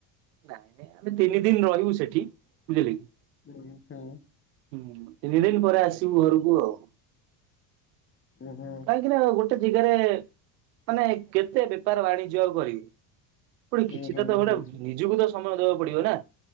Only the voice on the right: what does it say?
ନାଇଁ ନାଇଁ ଆମେ ତିନି ଦିନ ରହିବୁ ସେଠି ବୁଝିହେଲା କି।
ହୁଁ ତିନି ଦିନ ପରେ ଆସିବୁ ଘରକୁ ଆଉ।
କାହିଁକି ନା ଗୋଟେ ଜାଗାରେ ମାନେ କେତେ ବେପାର ବାଣିଜ୍ୟ ଆଉ କରିବୁ। ପଣି କିଛିଟା
ତ ଗୋଟ
ନିଜକୁ ତ ସମୟ ଦବାକୁ ପଡିବ ନା।